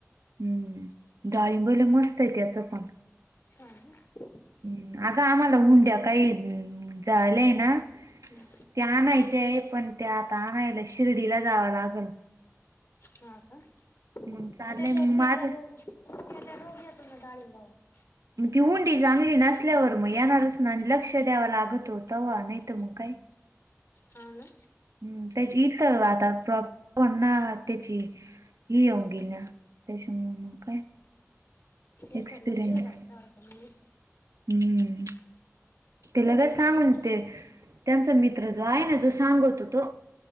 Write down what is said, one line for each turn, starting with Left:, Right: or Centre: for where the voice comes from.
Right: हम्म. डळिंबले मस्त हाय त्याचं पण.
Left: हा ना.
Right: ह् आग आम्हाला हुंड्या काही झाल्याय ना.
Left: हम्म
Right: ते आणायच्याय पण त्या आता आणयला शिर्डीला जावं लागल.
Left: हा का आणि
Right: मग चाललंय
Left: त्याच्यावरती
Right: माझ
Left: रोग रोग यतोना डाळींबावर --
Right: ती हुंडी चांगली नसल्यावर मग येणारच ना लक्ष द्यावं लागत होतं वा नाही तर मग काय.
Left: हा ना.
Right: हम् त्याची इथ आता प्रॉब् <unintelligible> म्हण ना त्याची. ही योगिना त्याच्यामु म काय.
Left: त्याचं
Right: एक्सपिरियन्स
Left: लक्ष हाय सारख <unintelligible>
Right: हम्म. ते लगच
Left: किती
Right: सांगून
Left: दिवस झाले
Right: ते. त्यांचा मित्र जो आहे ना जो सांगत हो तो.